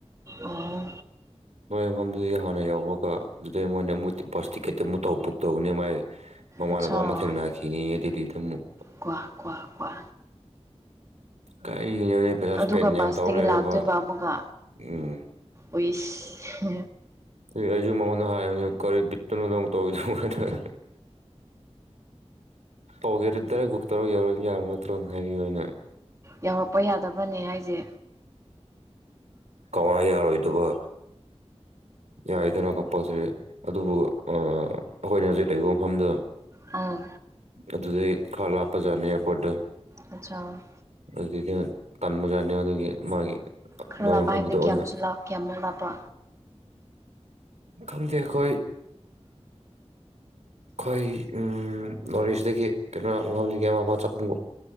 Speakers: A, on the right (about 25°); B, on the right (about 75°).
A: ꯑꯣ
B: ꯅꯣꯏ ꯃꯐꯝꯗꯨꯗꯒꯤ ꯍꯥꯟꯅ ꯌꯧꯕꯒ ꯑꯗꯨꯗꯩ ꯃꯣꯏꯅ ꯑꯃꯨꯛ ꯕꯁ ꯇꯤꯛꯀꯦꯠꯇ ꯑꯃꯨꯛ ꯇꯧ ꯕꯨꯛ ꯇꯧꯕꯅꯤ ꯃꯥꯏ ꯃꯃꯥꯟꯅꯕ
A: ꯑꯠꯁꯥ
B: ꯑꯃ ꯊꯦꯡꯅꯈꯤꯅꯤꯌꯦ ꯗꯦꯜꯂꯤꯗꯝꯨꯛ
A: ꯀ꯭ꯋꯥ ꯀ꯭ꯋꯥ ꯀ꯭ꯋꯥ
B: ꯀꯔꯤꯅꯣꯅꯦ ꯄꯩꯁꯥ
A: ꯑꯗꯨꯒ
B: ꯏꯁꯄꯦꯟ ꯌꯥꯝ
A: ꯕꯁꯇꯒꯤ
B: ꯇꯧꯔ ꯂꯩꯔꯕ
A: ꯂꯥꯛꯇꯣꯏꯕ ꯑꯃꯨꯒ
B: ꯎꯝ
A: ꯎꯏꯁ
B: ꯑꯩꯁꯨ ꯃꯉꯣꯟꯗ ꯍꯥꯏꯕꯅꯦ ꯀꯔꯤ ꯕꯤꯠꯇꯅꯣ ꯅꯪ ꯇꯧꯋꯤꯗꯨꯕꯣ ꯇꯧꯒꯦꯗꯤ ꯗꯥꯏꯔꯦꯛ ꯕꯨꯛ ꯇꯧꯔꯒ ꯌꯥꯎꯔꯣꯏꯅ ꯌꯥꯔꯣ ꯅꯠꯇ꯭ꯔꯣꯅ ꯍꯥꯏꯕꯤꯌꯨꯑꯅ
A: ꯌꯥꯧꯔꯛꯄ ꯌꯥꯗꯕꯅꯦ ꯍꯥꯏꯁꯦ
B: ꯀꯃꯥꯏ ꯌꯥꯔꯣꯏꯗꯕ ꯌꯥꯏꯗꯅ ꯀꯝꯄꯜꯁꯔꯤ ꯑꯗꯨꯕꯨ ꯑꯥ ꯑꯩꯈꯣꯏꯅ ꯍꯧꯖꯤꯛ ꯂꯩꯕ ꯃꯐꯝꯗꯣ
A: ꯑꯥ
B: ꯑꯗꯨꯗꯩ ꯈꯔ ꯂꯥꯞꯄꯖꯥꯠꯅꯤ ꯑꯩꯈꯣꯏꯗꯣ
A: ꯑꯆꯥꯥ
B: ꯑꯗꯨꯗꯒꯤ ꯇꯟꯕꯖꯥꯠꯅꯦ ꯃꯗꯨꯒꯤ ꯃꯥꯒꯤ
A: ꯈꯔ
B: ꯅꯣꯏ
A: ꯂꯥꯞꯄ
B: ꯃꯐꯝꯗꯨꯗ
A: ꯍꯥꯏꯕꯗꯤ ꯀꯌꯥꯝꯁꯨ
B: ꯑꯣꯏꯅ
A: ꯂꯥꯞ ꯀꯌꯥꯃꯨꯛ ꯂꯥꯞꯄ
B: ꯈꯪꯗꯦ ꯑꯩꯈꯣꯏ ꯑꯩꯈꯣꯏ ꯅꯣꯔꯠ ꯏꯁꯇꯗꯒꯤ ꯀꯩꯅꯣ <unintelligible>